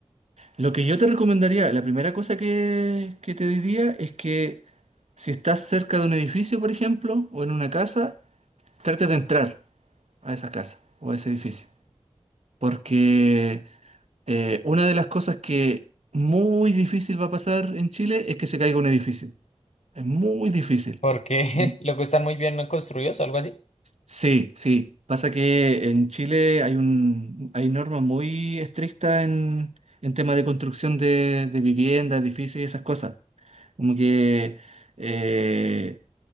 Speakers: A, on the right; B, on the left.
A: Lo que yo te recomendaría, la primera cosa que, que te diría es que si estás cerca de un edificio, por ejemplo, o en una casa, trate de entrar a esa casa o a ese edificio. Porque eh, una de las cosas que muy difícil va a pasar en Chile es que se caiga un edificio. Es muy difícil.
B: Porque
A: Y
B: <laughs> luego están muy bien construidos o algo así.
A: Sí, sí. Pasa que en Chile hay un, hay normas muy estrictas en, en temas de construcción de, de vivienda, edificios y esas cosas. Como que eh,